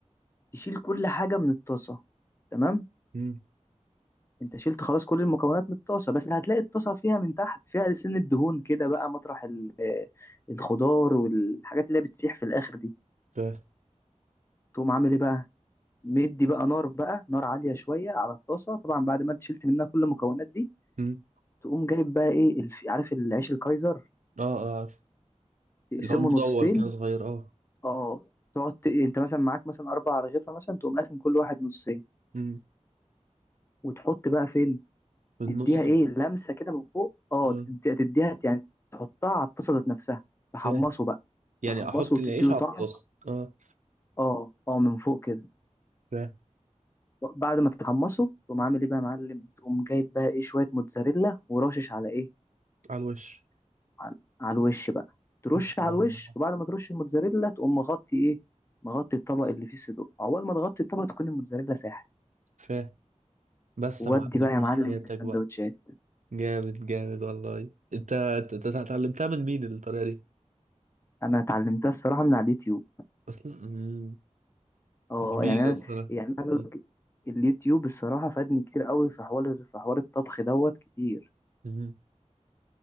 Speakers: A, on the left (about 20°); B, on the right (about 80°).
A: تشيل كل حاجة من الطاسة تمام
B: مم.
A: انت شلت خلاص كل المكونات من الطاسة بس هتلاقي الطاسة فيها من تحت فيها سن الدهون كده بقى مطرح ال- آه، الخضار والحاجات اللي هي بتسيح في الآخر دي
B: فاهم
A: تقوم عامل ايه بقى مدي بقى نار بقى نار عالية شوية على الطاسة طبعا بعد ما انت شلت منها كل المكونات دي
B: مم.
A: تقوم جايب بقى ايه الف... عارف العيش الكايزر
B: اه اه
A: تقسمه
B: اللي هو المدور
A: نصين
B: كان صغير اه
A: اه تقعد ت... انت مثلا معاك مثلا أربع رغيفة مثلا تقوم قاسم كل واحد نصين
B: امم
A: وتحط بقى فين
B: في النص
A: تديها ايه
B: بقى
A: لمسه كده من فوق اه
B: اه
A: تدي- تديها يعني تحطها على الطاسه ذات نفسها تحمصه
B: فاهم
A: بقى
B: يعني
A: تحمصه
B: احط
A: وتديله
B: العيش على
A: طعم
B: الطاسه اه
A: اه اه من فوق كده
B: فاهم
A: بعد ما تتحمصه تقوم عامل ايه بقى يا معلم تقوم جايب بقى ايه شويه موتزاريلا ورشش على ايه
B: على الوش
A: على, على الوش بقى ترش
B: الله،
A: على الوش وبعد ما ترش الموتزاريلا تقوم مغطي ايه مغطي الطبق اللي فيه صدوق اول ما تغطي الطبق تكون الموتزاريلا ساحت
B: فاهم بس
A: ودي
B: يا معلم
A: بقى يا
B: عيش
A: معلم
B: حياتك
A: في السندوتشات
B: بقى جامد جامد والله انت ت- ت- اتعلمتها من مين الطريقه دي
A: انا اتعلمتها الصراحه من على اليوتيوب
B: اصلا مم.
A: اه
B: جميله
A: اه، يعني انا
B: بصراحه
A: يعني أنا عايز اقول
B: مم.
A: لك اليوتيوب الصراحه فادني كتير قوي في حوار في حوار الطبخ دوت كتير
B: مم.